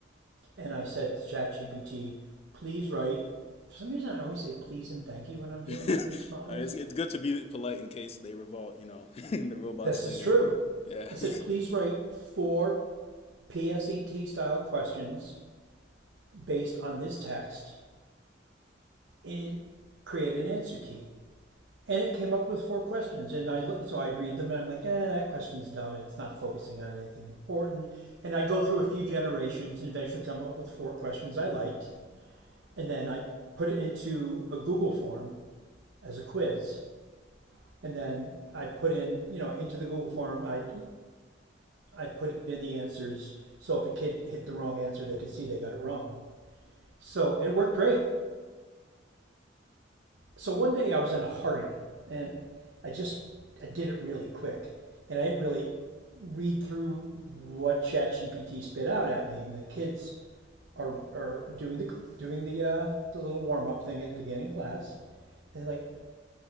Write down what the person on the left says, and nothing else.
<laughs>
Uh, It's it's good to be polite in case they revolt, you know, <laughs> the robots
later.
Yeah.
<laughs>